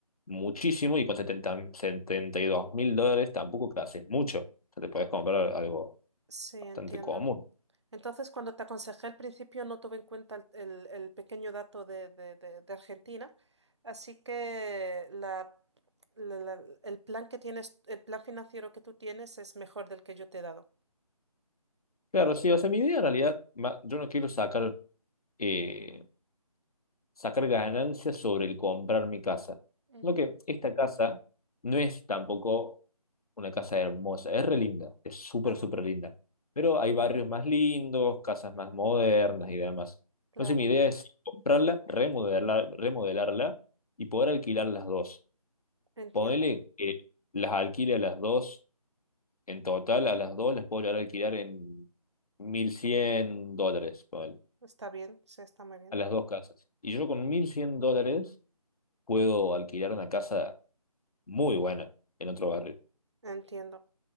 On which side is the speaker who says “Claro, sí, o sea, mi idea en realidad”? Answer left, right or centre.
Left